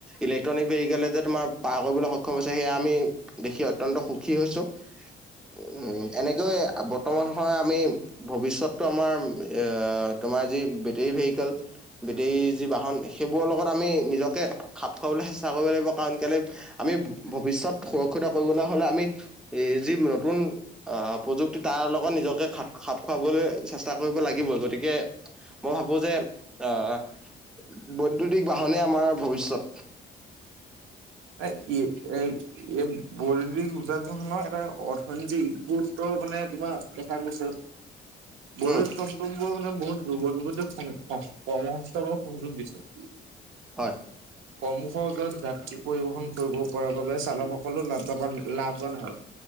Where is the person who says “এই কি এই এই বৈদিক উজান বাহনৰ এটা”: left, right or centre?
Right